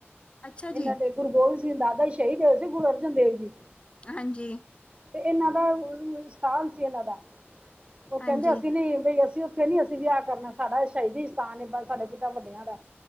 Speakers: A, on the left (about 25°); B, on the right (about 25°).
A: ਅੱਛਾ
B: ਏਨਾਂ
A: ਜੀ
B: ਦੇ ਗੁਰੂ ਗੋਬਿੰਦ ਸਿੰਘ ਦਾਦਾ ਸ਼ਹੀਦ ਹੋਏ ਸੀ ਗੁਰੂ ਅਰਜਨ ਦੇਵ ਜੀ।
A: ਹਾਂਜੀ।
B: ਤੇ ਏਨਾਂ ਦਾ ਸਥਾਨ ਸੀ ਏਨਾਂ ਦਾ ਉਹ ਕੈਂਦੇ
A: ਹਾਂਜੀ
B: ਅਸੀਂ ਨੀ ਬਈ ਅਸੀਂ ਉਥੇ। ਉਥੇ ਨੀ ਅਸੀਂ ਵੀ ਵਿਆਹ ਕਰਨਾ ਸਾਡਾ ਸ਼ਾਹੀਦੀ ਸਥਾਨ ਏ ਪਰ ਸਾਡਾ ਪਿਤਾ ਵੱਡੀਆ ਦਾ।